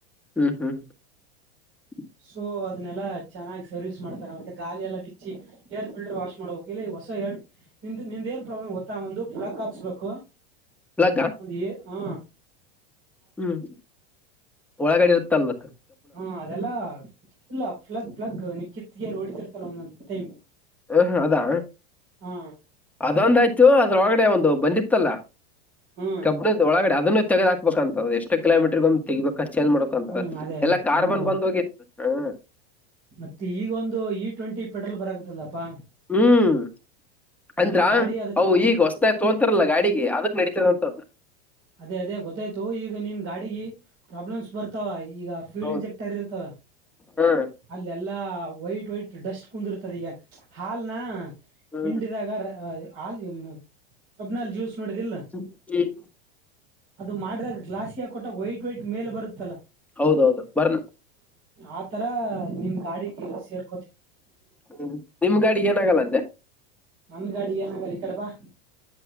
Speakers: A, in the centre; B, on the right (about 45°).
A: ಹ್ಮ್ ಹ್ಮ್ <inaudible>
B: ಸೊ ಅದನ್ನೆಲ್ಲಾ ಚೆನ್ನಾಗಿ ಸರ್ವಿಸ್ ಮಾಡ್ತಾರ ಮತ್ತೆ ಗಾಳಿ ಎಲ್ಲ ಬಿಚ್ಚಿ ಏರ್ ಫಿಲ್ಟರ್ ವಾಶ್ ಮಾಡಬೇಕ ಇಲ್ಲಿ ಹೊಸ ಎ ನಿಮ್ದ ನಿಮ್ದ ಏನ್ ಪ್ರಾಬ್ಲಮ್ ಗೊತ್ತಾ ಒಂದು ಫ್ಲಕ್ ಹಾಕ್ಸ್ಬೇಕು
A: ಲಗ್ಗ
B: ಒಂದ ಏರು ಹಾ
A: ಹ್ಮ್ ಒಳಗಡೆ ಇರುತ್ತ ಅಲ್ಲಕ್ಕ
B: ಹಾ ಅದೆಲ್ಲ ಇಲ್ಲ ಫ್ಲಗ್ ಫ್ಲಗ್ ನಿಕ್ಕಿತ್ಗ ಹೊಡ್ತಿರ್ತಲ್ಲ ಒಂದೊಂದು ಟೈಮ್
A: ಹ ಅದಾ
B: ಹ
A: ಅದೊಂದಯ್ತು ಅದ್ರ ಒಳಗಡೆ ಒಂದು ಅದು ಬಂದಿತ್ತಲ್ಲ
B: ಹ್ಮ್
A: ಕಬ್ಬಡ ಒಳಗಡೆ ಅದನ್ನು ತಗದ ಹಾಬೇಕಂತ ಎಷ್ಟ ಕಿೋಮೀಟರ್್ ತಗಬೇಕು ಖರ್ಚ್ ಮಾಡ್ಕೊಂತ
B: ಹ್ಮ್ ಅದೇ ಅದೇ
A: ಎಲ್ಲಾ
B: ಚೇಂಜ್
A: ಕಾರ್ಬನ್
B: ಮಾಡ್ಬೇಕು
A: ಬಂದ್ ಹೋಗಿತ್ತು ಹ್ಮ್
B: ಮತ್ತೆ ಈಗ ಒಂದು ಇ ಟ್ವೆಂಟಿ ಪೆಟ್ರೋಲ್ ಬರಕತ್ತಲ್ಲಪ್ಪಾ
A: ಹ್ಮ್ ಅಂದ್ರ
B: ನಿನ್ ಗಾಡಿ ಅದಕ್
A: ಅ
B: ಕಾಂಪ
A: ಈಗ ಹೊಸತಾಯ ತೋಂತಾರಲ್ಲ ಗಾಡಿಗೆ ಅದಕ್ ನಡತದಂತದ್ದ
B: ಅದೇ ಅದೇ ಗೊತ್ತಾಯ್ತು ಈಗ ನಿಮ ಗಾಡಿಗೆ ಪ್ರಾಬ್ಲಮ್ಸ್ ಬರ್ತಾವ ಈಗ ಫ್ಯೂಲ್
A: ಹೌದು
B: ಇಂಜೆಕ್ಟರ್ ಇರ್ತವ
A: ಹ್ಮ್
B: ಅಲ್ಲ ಎಲ್ಲಾ ವೈಟ್ ವೈಟ್ ಡಸ್ಟ್ ಕುಂದಿರ್ತದ ಈಗ ಹಾಲ್ನ
A: ಹ್ಮ್
B: ಹಿಂಡಿದಾಗ ಹ ಕಬ್ನಲ್ ಜ್ಯೂಸ್ ನೋಡಿದಿಲ್ಲ
A: ಹ್ಮ್.
B: ಅದು ಮಾಡಿದಾಗ ಗ್ಲಾಸಿಯಾ ಕೊಟ್ಟಾಗ ವೈಟ್ ವೈಟ್ ಮೇಲೆ ಬರುತ್ತೆ
A: ಹೌದೌದು ಬರ್ಣ
B: ಆತರ ನಿನ್ ಗಾಡಿಗೆ ಸೇರ್
A: ಹ್ಮ ನಿಮ್ ಗಾಡಿ ಏನಾಗಲ್ಲಂತೆ
B: ನಮ್ ಗಾಡಿ ಏನಾಗಲ್ಲ ಈ ಕಡ ಬಾ